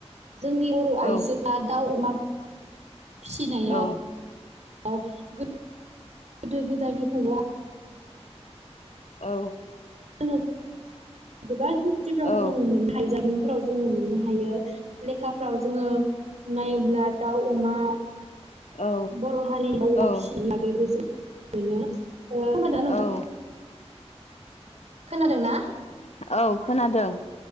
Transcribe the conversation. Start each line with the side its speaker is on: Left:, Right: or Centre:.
Right: जोंनि अर'आइजोआ
Left: औ
Right: दाउ अमा। फिसिनाया।
Left: औ
Right: आव गो गोदो गोदायनिफ्राय
Left: औ
Right: <unintelligible> <unintelligible> <unintelligible> <unintelligible>
Left: औ
Right: मोननो हायो जारिमिनफोराव जोङो मोननो हायो। लेखाफ्राव जोङो। नायब्ला दाउ अमा।
Left: औ
Right: बर' हारि आरो अमा फिसिनायनि
Left: औ
Right: बागैबो जों। मोनो। ओ खोनादोंना
Left: औ।
Right: खोनादोंना।
Left: औ खोनादों